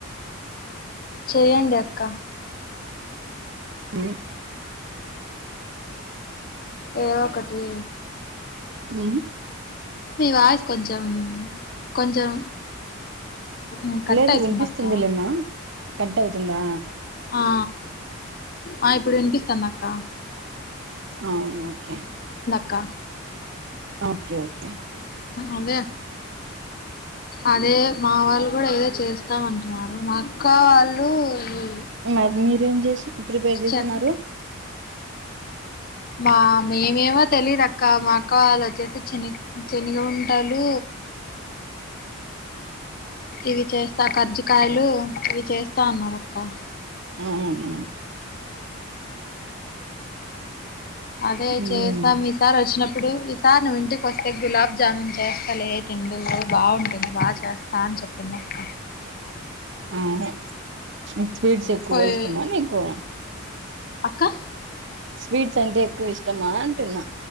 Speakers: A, on the left (about 45°); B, on the right (about 60°).
A: చెయ్యండి అక్క
B: ఉ
A: ఏవకటి
B: ఉ
A: వాయిస్ కొంచెం కొంచెం ఉ కట్టయితుంది
B: లేదు వినిపిస్తుందిలేమ్మా
A: అక్క
B: కట్ అవుతుందా
A: ఆ ఆ ఇప్పుడు వినిపిస్తాంది అక్క
B: అవును ఓకే
A: క్క
B: అ ఓకే ఓకే
A: అదే అదే మా వాళ్ళు కూడా ఏదో చేస్తామంట న్నారు మా అక్క వాళ్ళు ఇ
B: మరి మీరేం చేసి ప్రిపేర్ చేస్తున్నారు
A: చ మా మేమేమో తెలీదు మా అక్క వాళ్ళు వచ్చేసి చినిక్ శనిగ ఉండలు ఇది చేస్తా ఖర్చు కాయిలు ఇవి చేస్తా అన్నారు అక్క. <inaudible>
B: అవునవును
A: అదే
B: ఉమ్.
A: చేస్తాం ఈసారి వచ్చినప్పుడు. ఇప్పుడు ఈసారి నువ్వు ఇంటికి వస్తే గులాబ్ జామున్ చేస్తాలే తిందు బాగుంటుంది బా చేస్తా అని చెప్పింది అక్క.
B: ఉహు స్వీట్స్ ఎక్కువ
A: పోయి
B: ఇష్టమా నీకు
A: అక్క
B: స్వీట్స్ అంటే ఎక్కువ ఇష్టమా అంటున్నా